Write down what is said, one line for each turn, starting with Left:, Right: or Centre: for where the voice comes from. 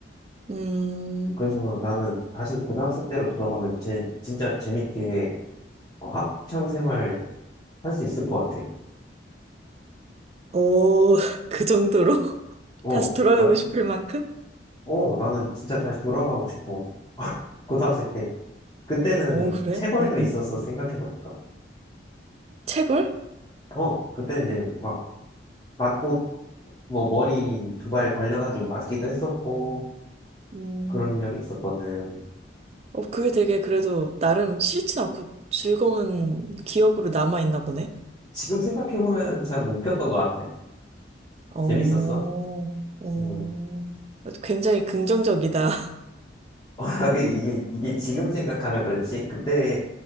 Right: 음,
Left: 그래서 나는 다시 고등학생 때로 돌아가면 제, 진짜 재밌게 어, 학창 생활 할 수 있을 것 같아.
Right: 오, <laughs> 그 정도로? <laughs>
Left: 어,
Right: 다시 돌아가고
Left: 나,
Right: 싶을 만큼?
Left: 어, 나는 진짜 다시 돌아가고 싶어. <laughs> 고등학생 때. 그때는
Right: 오, 그래?
Left: 체벌도
Right: 어, 어.
Left: 있었어, 생각해보니까.
Right: 체벌?
Left: 어, 그때는 이제 막 맞고, 뭐 머리 두발 걸려가지고 맞기도 했었고,
Right: 음,
Left: 그런 적이 있었거든.
Right: 어, 그게 되게 그래도 나름 싫진 않고 즐거운 기억으로 남아있나 보네?
Left: 지금 생각해보면 참 웃겼던 것 같아.
Right: 어,
Left: 재밌었어.
Right: 어.
Left: 음.
Right: 굉장히 긍정적이다.
Left: <laughs> 이게, 이게 이게 지금 생각하면 그렇지. 그때